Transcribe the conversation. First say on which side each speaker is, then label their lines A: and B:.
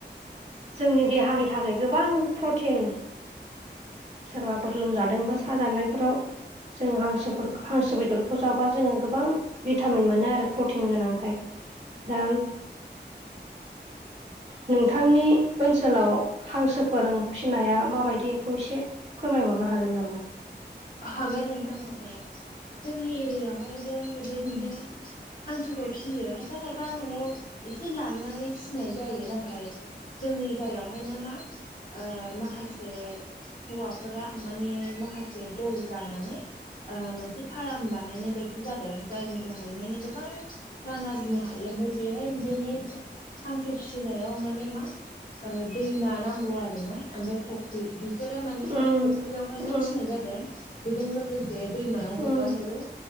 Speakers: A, on the right (about 35°); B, on the left (about 50°).
A: जोंनि देहानि थाखाय गोबां प्रटिन, सोरबाफोर लोमजादोंबा साजानायफोराव जों हांसोफोर हांसो बेदरखौ जाबा जोङो गोबां भिटामिन मोनो आरो प्रटिन गोनांखाय। दा नोंथांनि ओनसोलाव हांसोफोर फिसिनाया माबायदि इखौ एसे फोरमायहरनो हागोन नामा?
B: हागोन नोंथां हागोन। जोंनि एरियायावहायबो बेबायदिनो
A: उम
B: हांसोखौ फियो, खायफा खायफा न'आव एसे लानानै फिनाय जायो नाथाय जोंनि जायगायावहायनो मा ओ माखासे हौवाफोरा माने माखासे दल जानानै ओ मोनसे फाराम बानायनाय बायदि जादों जायनि जाहै माने गोबां रां आरजिनो हायो। ओमफ्राय बेहाय बेनि हांसो फिसिनायाव माने मा दैमा नांगौ आरोना, ओमफ्राय फुख्रि। बिसोरो माने
A: उम
B: मा फुख्रियावहायनो
A: उम
B: फिसिनाय जादों। बेजों लोगोसे दैमायाव
A: उम
B: हगार हरो।